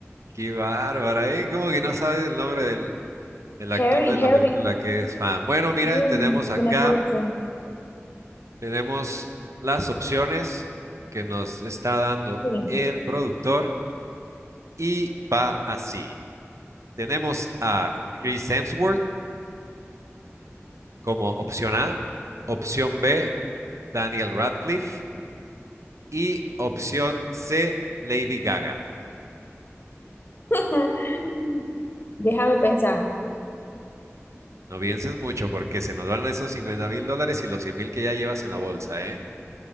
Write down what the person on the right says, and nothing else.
Qué bárbara, ¿eh? Como que no sabes el nombre del, del actor
de la
película que es fan. Bueno, miren,
tenemos
acá
Tenemos las opciones que nos está dando
el productor y va así. Tenemos a Chris Hemsworth como opción A, opción B, Daniel Radcliffe y opción C, Lady Gaga.
No pienses mucho porque se nos van esos cincuenta mil dólares y los cien mil que ya llevas en la bolsa, ¿eh?